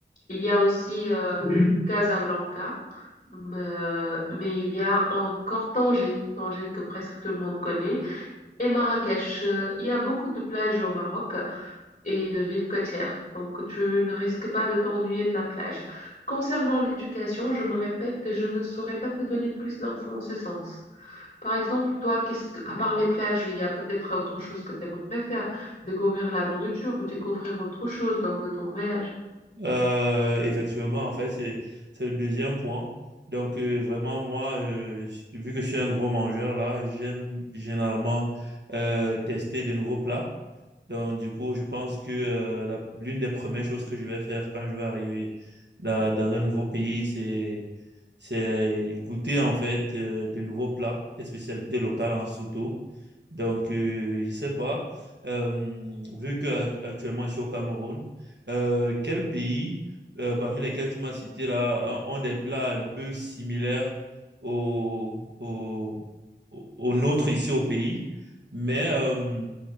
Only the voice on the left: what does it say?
Il y a aussi euh, Casablanca, euh, mais il y a encore Tanger, Tanger que presque tout le monde connaît. Et Marrakech, euh, il y a beaucoup de plages au Maroc et de villes côtières, donc tu ne risques pas de t'ennuyer de la plage. Concernant l'éducation, je me répète que je ne saurais pas te donner plus d'infos en ce sens. Par exemple, toi, qu'est-ce que, à part les plages, il y a peut-être autre chose que tu aimerais faire, découvrir la nourriture ou découvrir autre chose lors de ton voyage.